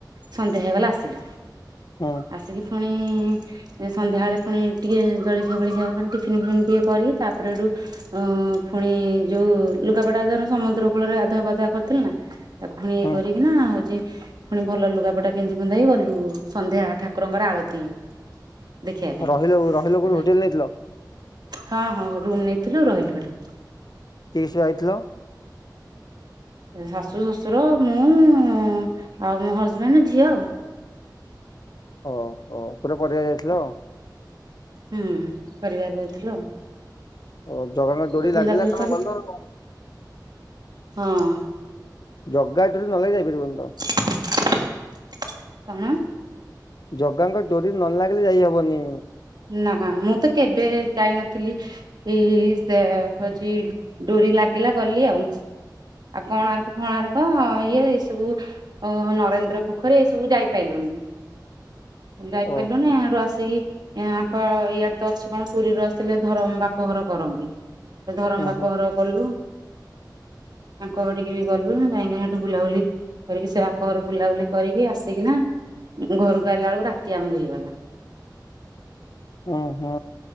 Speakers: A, on the right (about 65°); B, on the left (about 60°).
A: ସନ୍ଧ୍ୟା ହେଇଗଲା ଆସିଲୁ।
B: ହୁଁ
A: ଆସିକି ଫୁଣି ସନ୍ଧ୍ୟାବେଳେ ପୁଣି ଟିକେ ଜଳିଖିଆ ବଳିଖିଆ ମାନେ ଟିଫିନ ଫିଫିନ ଟିକେ କରିକି ତାପରେ ଏଠୁ ଉଁ- ଫୁଣି ଯୋଉଁ ଲୁଗାପଟା ଧର ସମୁଦ୍ର କୂଳରେ ଗାଧୁଆ ପାଧୁଆ କରିଥିଲୁନା ତାକୁ ପୁଣି ଇଏ
B: ହୁଁ
A: କରିକିନା ହଉଚି ପୁଣି ଭଲ ଲୁଗାପଟା ପିନ୍ଧି ପୁନ୍ଧାକି ଗଲୁ ସନ୍ଧ୍ୟା ଠାକୁରଙ୍କର ଆଳତି ଦେଖିବା ପାଇଁ।
B: ରହିଲ ରହିଲ କୋଉଠି ହୋଟେଲ ନେଇଥିଲ
A: ହଁ, ହଁ ରୁମ ନେଇ ଥିଲୁ ରହିଲୁ ଭାରି।
B: କିସରେ ଆଇଥିଲ?
A: ଶାଶୁ ଶ୍ୱଶୁର ମୁଁ ଆଉ ମୋ ହଜବେଣ୍ଡ ଝିଅ ଆଉ।
B: ଓହୋଃ ପୁରା ପରିବାର ଯାଇଥିଲ ଆଉ।
A: ହୁଁ ପରିବାର ଯାଇଥିଲୁ ଆଉ।
B: ଓଃ ଜଗାଙ୍କ ଡୋରି
A: ତ ବୁଲାବୁଲି
B: ଲାଗିଲା ତମେ
A: କରି
B: ଗଲ ଆଉ।
A: ହଁ।
B: ଜଗା ଡୋରି ନ ଲାଗିଲେ ଯାଇପାରିବନି ତମେ।
A: <unintelligible> କଣ?
B: ଜଗାଙ୍କ ଡୋରି ନ ଲାଗିଲେ ଯାଇହବନି।
A: ନାଆ ମୁଁ ତ କେବେ ଯାଇନଥିଲି ଏ ସେ ହଉଛି ଡୋରି ଲାଗ ଗିଲା ଗଲି ଆଉ। ଆଉ କୋଣାର୍କ ଫଣାର୍କ ଇଏ ଏ ସବୁ ଅ ନରେନ୍ଦ୍ର ପୋଖରୀ ଏ ସବୁ ଯାଇପାଇଲୁନି।
B: <unintelligible>
A: ଯାଇପାରିଲୁନି
B: ଓହୋ
A: ଆଡୁ ଆସିକି ୟାଙ୍କ ଇଆଡ଼େ ତ ଅଛି କଣ ପୁରୀରୁ ଆସିଲେ ଧରମ ବାପଘର କରନ୍ତି। ଧରମ
B: ହୁଁ
A: ବାପ
B: ହୁଁ
A: ଘର କଲୁ
B: <inaudible>
A: ତାଙ୍କ ଟିକେ ବି ଗଲୁ ଯାାଇଁକି ସେଠୁ ବୁଲାବୁଲି କରିକି ସେ ବାପା ଘର ବୁଲାବୁଲି କରିକି ଆସିକି ନା ଘରକୁ ଆଇଲା ବେଳକୁ ରାତି ଆମକୁ ହେଇଗଲା।
B: ଓ ହଁ।